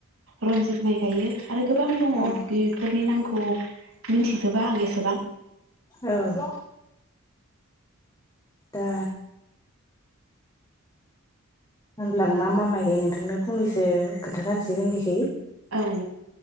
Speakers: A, on the right; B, on the left.
A: रनजित माइ गायो आरो गोबां दङ
B: औ
A: बेफोरनि नामखौ मिनथिजोबा आं एसेबां
B: औ दा होनब्ला आं मा मा माइ गायो नोंथांनो फंनैसो खोन्थानाहोसै जोंनिखै
A: ओं